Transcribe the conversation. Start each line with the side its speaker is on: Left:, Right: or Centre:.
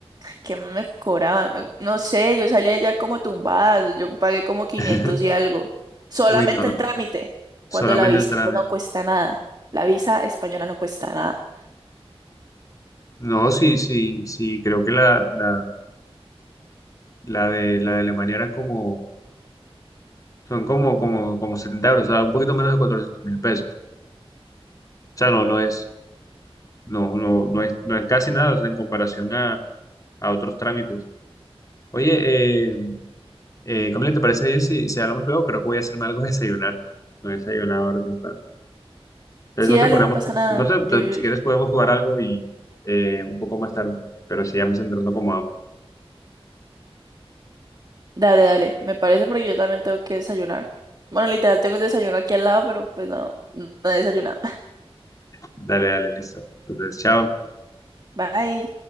Right: ¿Qué más me cobraban? No sé, yo salía ya como tumbada, yo pagué como 500
Left: <laughs>
Right: y algo. Solamente
Left: Uy, no, no.
Right: el trámite, cuando
Left: solamente
Right: la visa
Left: el trámite.
Right: no cuesta nada. La visa española no cuesta nada.
Left: No, sí, sí, sí, creo que la, la, la de, la de Alemania eran como, son como, como, como 70 euros, o sea, un poquito menos de cuatrocientos mil pesos. O sea, no, no es, no, no, no es, no es casi nada, o sea, en comparación a, a otros trámites. Oye, eh, eh, Camila, ¿te parece bien si, si hablamos luego? Creo que voy a hacerme algo de desayunar. No he desayunado ahora temprano. Entonces,
Right: Sí,
Left: no
Right: dale,
Left: sé, podemos,
Right: no pasa nada.
Left: no sé,
Right: Yo,
Left: te-
Right: yo,
Left: si quieres podemos jugar algo y eh, un poco más tarde, pero si ya me estoy entrando como hambre.
Right: dale, dale, me parece porque yo también tengo que desayunar. Bueno, literal, tengo el desayuno aquí al lado, pero pues no, no he desayunado. <laughs>
Left: Dale, dale, listo. Entonces, chao.
Right: Bye.